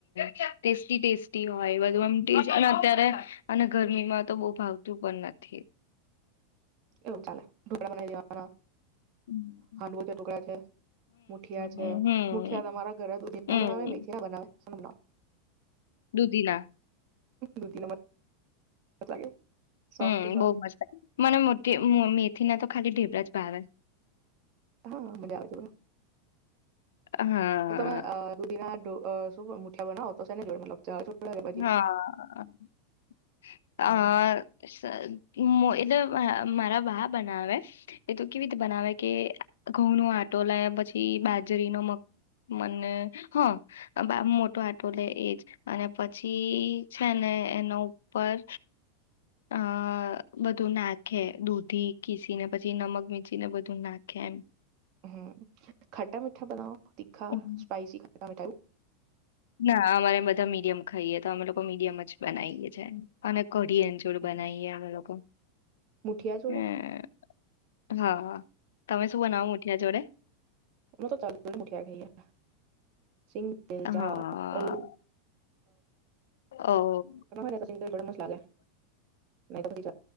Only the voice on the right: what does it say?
એવું ચાલે ઢોકડાે બનાવી દે વાના
હાંડવો છે ટુકડા છે મુઠિયા છે
મુઠિયા તમારા ઘરે દૂધી ના
બનાવે મેથીયા બનાવે સુુંના
દધના માટે ક લાગે
સોફ્ટ
હા મજા આવે છે.
તો તમે દુધીના ઠો મુઠ્યા બનાવ હો તો સેને જોડે મતલબ ચા જોડે કે પછી
હમ
હમ ખટા મીઠા બનાવ તીખા
સ્પાઈસી ખ મે ટું
એવું
મુઠિયા જોડે
ઉ તો ચાલલ મુઠ્યા ગઈ હ સિંગતેલ
ચા ઓલું
અર સિંગતેલ બડ મસા લાગે મે